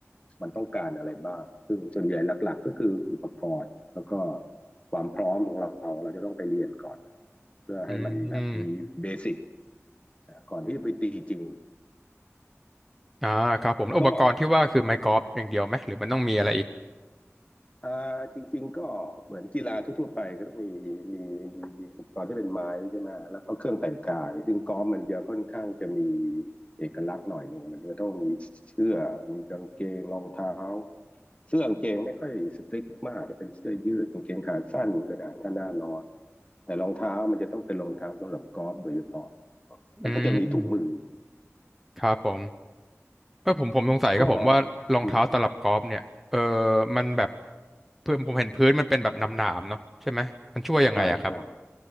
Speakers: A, on the left (about 25°); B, in the centre.
A: มันต้องการอะไรบ้างซึ่งส่วนใหญ่หลักๆก็คืออุปกรณ์แล้วก็ความพร้อมของเราเราจะต้องไปเรียนก่อนเพื่อให้มันแบบมีเบสิก
B: อืม
A: ก่อนที่ไปตีจริง
B: อ่าครับผมแล้วอุปกรณ์ที่ว่าคือไม้กอล์ฟอย่างเดียวไหมหรือมันต้องมีอะไรอีก
A: ก็ อ่าจริงๆก็เหมือนกีฬาทั่วๆไปก็ต้องมีมีมีอุปกรณ์ที่เป็นไม้ใช่ไหมแล้วก็เครื่องแต่งกายซึ่งกอล์ฟมันจะค่อนข้างจะมีเอกลักษณ์หน่อยหนึ่งมันก็ต้องมีเสื้อมีกางเกงรองเท้าเสื้อกางเกงไม่ค่อยสตริกมากเป็นเสื้อยืดกางเกงขาสั้นก็ได้ถ้าหน้าร้อนแต่รองเท้ามันจะต้องเป็นรองเท้าสำหรับกอล์ฟโดยเฉพาะแล้วก็จะมีถุงมือ
B: อืมครับผมเออผมผมสงสัยครับผมว่ารองเท้าตลับกอล์ฟเนี่ยเออ
A: ก็อืม
B: มันแบบเพื่อนผมเห็นพื้นมันเป็นแบบหนามๆเนาะใช่ไหมมันช่วยยังไงอะครับ
A: ใช่ใช่